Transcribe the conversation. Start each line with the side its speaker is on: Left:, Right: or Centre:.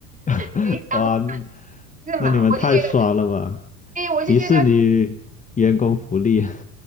Left: <laughs>
Right: 所以他们
Left: 哇，
Right: 是嘛，
Left: 那你们太爽了吧！
Right: 我就觉得，哎，我就觉得。
Left: 迪士尼员工福利